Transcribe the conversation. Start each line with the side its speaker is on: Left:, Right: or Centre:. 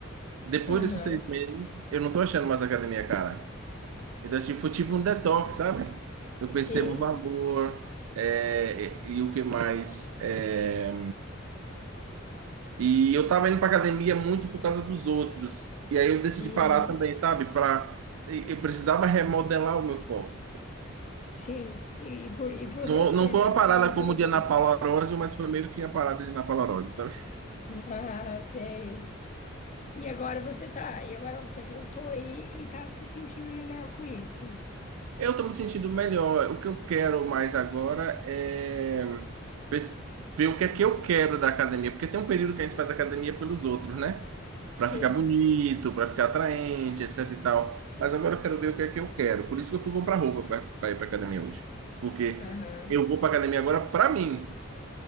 Right: Depois
Left: Aham.
Right: desses seis meses, eu não tô achando mais academia, cara. Então, tipo, foi tipo um detox, sabe? Eu percebo
Left: Sim.
Right: o valor, é, e, e o que mais. é, E eu tava indo pra academia muito por causa dos outros. E aí eu decidi
Left: Uhum.
Right: parar também, sabe? Pra... e- Eu precisava remodelar o meu foco.
Left: Sim. E, e por, e por
Right: Não,
Left: você,
Right: não foi
Left: né?
Right: uma
Left: na-
Right: parada
Left: Não
Right: como
Left: pelos
Right: o de
Left: outros.
Right: Ana Paula Arósio, mas foi meio que a parada de Ana Paula Arósio, sabe?
Left: <laughs> Ah, sei. E agora você tá, e agora você voltou aí e tá se sentindo melhor com isso.
Right: Eu estou me sentindo melhor. O que eu quero mais agora é pes- ver o que é que eu quero da academia, porque tem um período que a gente faz academia pelos outros, né?
Left: Sim.
Right: Para ficar bonito, para ficar atraente, etc e tal. Mas agora eu quero ver o que é que eu quero. Por isso que eu fui comprar roupa para ir para academia hoje. Porque
Left: Aham.
Right: eu vou para academia agora para mim,